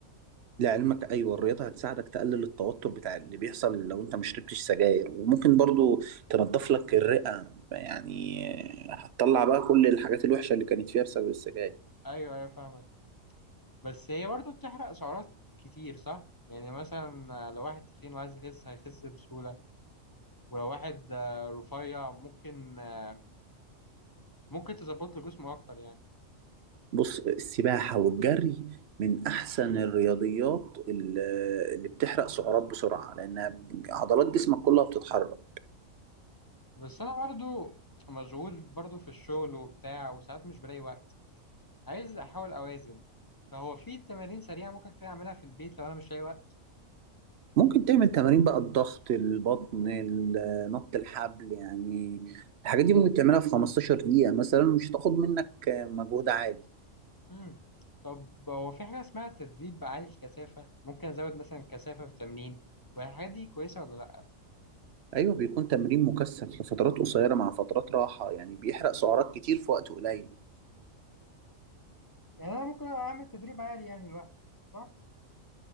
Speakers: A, on the right (about 60°); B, on the left (about 20°).
A: لعلمك ايوه الرياضة هتساعدك تقلل التوتر بتاع اللي بيحصل لو انت ما شربتش سجاير وممكن برضو تنضف لك الرئة يعني هتطلع بقى كل الحاجات الوحشة اللي كانت فيها بسبب السجاير
B: ايوه ايوه فاهمك بس هي برضو بتحرق سعرات كتير صح يعني مثلا لو واحد تخين وعايز يخس هيخس بسهولة ولو واحد آه، رفيع ممكن آه، ممكن تظبط له جسمه اكتر يعني
A: بص السباحة والجري من أحسن الرياضيات ال- اللي بتحرق سعرات بسرعة لأنها عضلات جسمك كلها بتتحرك
B: بس انا برضو مشغول برضو في الشغل وبتاع وساعات مش بلاقي وقت عايز احاول اوازن فهو في تمارين سريعة ممكن كده اعملها في البيت لو انا مش لاقي وقت
A: ممكن تعمل تمارين بقى الضغط البطن ال- نط الحبل يعني الحاجات دي ممكن تعملها في 15 دقيقة مثلا مش هتاخد منك مجهود عالي
B: مم. طب هو في حاجة اسمها تدريب عالي الكثافة ممكن ازود مثلا كثافة في تمرين والحاجات دي كويسة ولا لا
A: أيوة بيكون تمرين مكثف لفترات قصيرة مع فترات راحة يعني بيحرق سعرات كتير في وقت قليل
B: يعني انا ممكن اعمل تدريب عالي يعني لوحدي صح